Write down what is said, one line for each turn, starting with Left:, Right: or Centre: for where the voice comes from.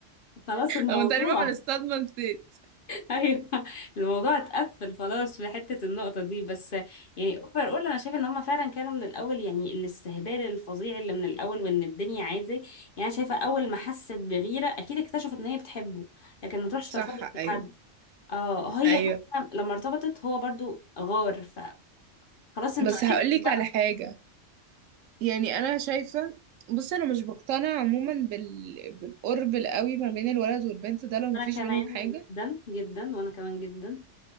Left: خلاص الموضوع
Right: انا تقريبا من الصدمة نسيت
Left: <laughs> ايوه الموضوع اتقفل خلاص في حته النقطه دي بس يعني اوفر اول انا شايفه ان هم فعلا كانوا من الاول يعني الاستهبال الفظيع اللي من الاول وان الدنيا عادي يعني أنا شايفه اول ما حست بغيره اكيد اكتشفت ان هي بتحبه لكن ما تروحش
Right: صح
Left: ترتبط بحد
Right: ايوه
Left: اه هي
Right: ايوه
Left: حتى لما ارتبطت هو برضو غار فخلاص انتوا
Right: بس
Left: عرفتوا
Right: هقولك
Left: بقى
Right: على حاجة يعني انا شايفه بص انا مش بقتنع عموما بال... بالقرب القوي ما بين الولد والبنت ده لو مفيش
Left: انا كمان
Right: بينهم حاجه
Left: جدا جدا وانا كمان جدا